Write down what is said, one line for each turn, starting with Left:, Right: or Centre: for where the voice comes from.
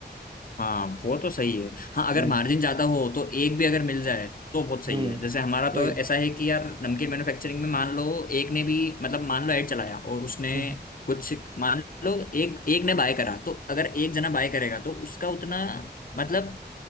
Left: हाँ वो तो सही है हाँ अगर
Right: हम्म
Left: मार्जिन ज्यादा हो तो एक भी अगर मिल जाए तो बहुत सही
Right: हम्म
Left: है जैसे हमारा तो
Right: वही
Left: ऐसा है कि यार नमकीन मैन्युफैक्चरिंग में मान लो एक ने भी मतलब मान लो ऐड चलाया और उसने
Right: हम्म,
Left: कुछ मान लो एक एक ने बाय करा तो अगर एक जना बाय करेगा तो उसका उतना मतलब